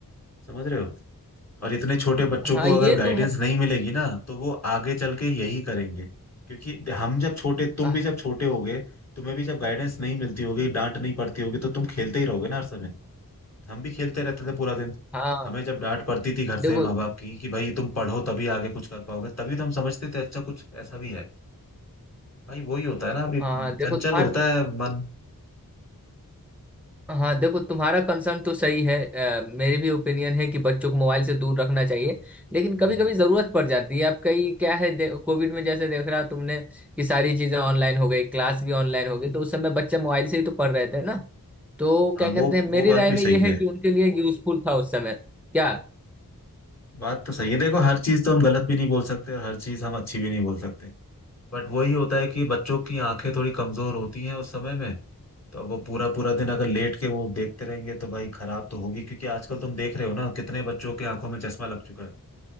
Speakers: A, on the left (about 45°); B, in the centre.
A: समझ रहे हो और इतने छोटे बच्चों
B: हाँ
A: को
B: ये
A: अगर गाइडेंस
B: तो है
A: नहीं मिलेगी ना तो वो आगे चल के यही करेंगे क्योंकि हम जब छोटे तुम
B: आह,
A: भी जब छोटे होगे तुम्हें भी जब गाइडेंस नहीं मिलती होगी डांट नहीं पड़ती होगी तो तुम खेलते ही रहोगे ना हर समय हम भी खेलते रहते थे पूरा दिन
B: हाँ
A: हमें जब डांट पड़ती थी घर
B: देखो
A: से माँ बाप की कि भाई तुम पढ़ो तभी आगे कुछ कर पाओगे तभी तो हम समझते थे अच्छा कुछ ऐसा भी है भाई वही होता है ना अभी
B: हाँ देखो
A: चंचल
B: तुम्हारा
A: होता है मन
B: हाँ देखो तुम्हारा कंसर्न तो सही है अ, मेरी भी ओपिनियन है कि बच्चों को मोबाइल से दूर रखना चाहिए लेकिन
A: हम्म।
B: कभी कभी जरूरत पड़ जाती है अब कई क्या है कोविड में जैसे देख रहा तुमने कि सारी चीजें ऑनलाइन हो गई क्लास भी ऑनलाइन हो गई तो उस समय बच्चे मोबाइल से ही तो पढ़ रहे थे ना तो
A: हाँ
B: क्या
A: वो
B: कहते हैं
A: वो
B: मेरी
A: बात
B: राय
A: भी
B: में
A: सही
B: यह
A: है
B: है कि उनके लिए यूजफुल था उस समय क्या
A: बात तो सही है देखो हर चीज तो हम गलत भी नहीं बोल सकते और हर चीज हम अच्छी भी नहीं बोल सकते बट वही होता है कि बच्चों की आंखें थोड़ी कमजोर होती हैं उस समय में तो अब वो पूरा पूरा दिन अगर लेट के वो देखते रहेंगे तो भाई खराब तो होगी क्योंकि आजकल तुम देख रहे हो ना कितने बच्चों के आंखों में चश्मा लग चुका है